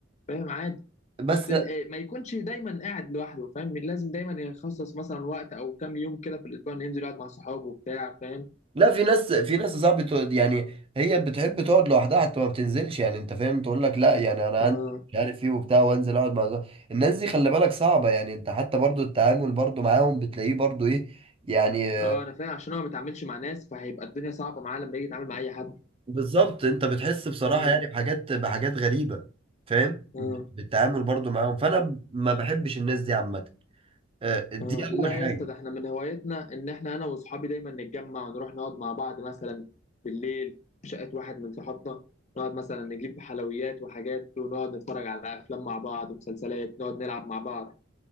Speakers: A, on the left; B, on the right.
A: فاهم عادي
B: بس
A: بس ال- إيه، ما يكونش دايما قاعد لوحده فاهم لازم دايما يخصص مثلا وقت او كام يوم كده في الاسبوع انه ينزل يقعد مع صحابه وبتاع فاهم
B: لا في ناس في ناس صعب تقعد- يعني هي بتحب تقعد لوحدها حتى ما بتنزلش يعني انت فاهم تقول لك لا يعني انا
A: اه
B: عندي مش عارف ايه وبتاع وانزل اقعد مع زمايلي. الناس دي خلي بالك صعبة يعني انت حتى برضو التعامل برضو معاهم بتلاقيه برضو ايه يعني آه،
A: اه انا فاهم عشان هو ما بيتعاملش مع ناس فهيبقى الدنيا صعبه معاه لما يجي يتعامل مع اي حد
B: بالظبط انت بتحس بصراحة
A: مم.
B: يعني بحاجات بحاجات غريبة فاهم
A: مم.
B: بالتعامل برضو معاهم فانا ب- ما بحبش الناس دي عامة آه، دي
A: آه، لا
B: اول حاجة
A: يا اسطى ده احنا من هوايتنا ان احنا انا واصحابي دايما نتجمع ونروح نقعد مع بعض مثلا بالليل في شقه واحد من صحابنا نقعد مثلا نجيب حلويات وحاجات ونقعد نتفرج على افلام مع بعض ومسلسلات نقعد نلعب مع بعض